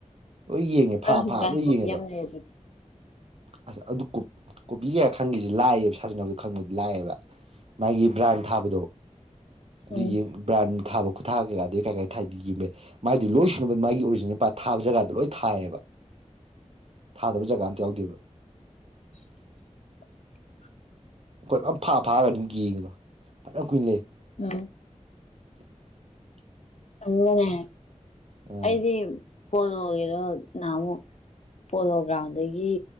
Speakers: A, on the right; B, on the left.
A: ꯂꯣꯏ ꯌꯦꯡꯉꯦ ꯐꯥ
B: ꯑꯩ ꯍꯧꯖꯤꯛꯀꯥꯟ
A: ꯐꯥ ꯂꯣꯏ
B: ꯀꯣꯄꯤ
A: ꯌꯦꯡꯉꯦꯕ
B: ꯌꯥꯝ ꯂꯩ ꯑꯗꯨꯗꯤ
A: ꯑꯁ ꯑꯗꯨ ꯀꯣꯄꯤ ꯀꯌꯥ ꯈꯪꯒꯁꯤ ꯂꯥꯛꯑꯦꯕ ꯁꯥꯖꯤꯟꯅꯕꯗ ꯈꯪꯕꯗꯤ ꯂꯥꯛꯑꯦꯕ ꯃꯥꯒꯤ ꯕ꯭ꯔꯥꯟ ꯊꯥꯕꯗꯣ ꯑꯗꯨ
B: ꯎꯝ
A: ꯌꯦꯡ ꯕ꯭ꯔꯥꯟ ꯊꯥꯕ ꯈꯨꯠꯊꯥ ꯀꯩꯀꯥ ꯑꯗꯨ ꯀꯩ ꯀꯥꯏ ꯊꯥꯏꯗꯤ ꯌꯦꯡꯕ ꯌꯥ ꯃꯥꯏꯗꯤ ꯂꯣꯏ ꯁꯨꯅꯕ ꯃꯥꯒꯤ ꯑꯣꯔꯤꯖꯤꯅꯦꯜ ꯊꯥꯕ ꯖꯒꯥꯗꯣ ꯂꯣꯏ ꯊꯥꯏꯑꯌꯦꯕ ꯊꯥꯗꯕ ꯖꯒꯥ ꯑꯝꯇ ꯌꯥꯎꯗꯦꯕ
B: <inaudible>
A: ꯑ ꯑꯩꯈꯣꯏ ꯄꯨ ꯐꯥ ꯐꯥꯒꯅꯤ ꯌꯦꯡꯉꯤꯗꯣ ꯐꯖꯅ ꯀꯨꯏꯅ ꯂꯩ
B: ꯎꯝ
A: <inaudible>
B: ꯑꯗꯨꯅꯦ
A: ꯑꯥ
B: ꯑꯩꯗꯤ ꯄꯣꯂ ꯑꯣꯏꯒꯦꯔꯣ ꯅꯥꯃꯨ ꯄꯣꯂꯣ ꯒ꯭ꯔꯥꯎꯟꯗꯒꯤ